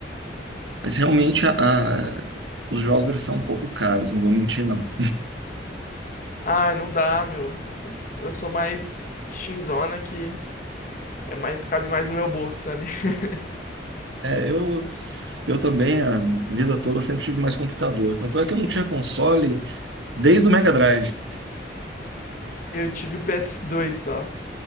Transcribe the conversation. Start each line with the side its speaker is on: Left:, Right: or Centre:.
Right: mas realmente a, a- os jogos eles são um pouco caros, não vou mentir, não.
Left: Ah, não dá, meu. Eu sou mais shinzona que é mais cabe mais no meu bolso, sabe? <laughs>
Right: É, eu, eu também, a vida toda, sempre tive mais computador. Tanto é que eu não tinha console, Desde o Mega Drive.
Left: Eu tive o PS2 só.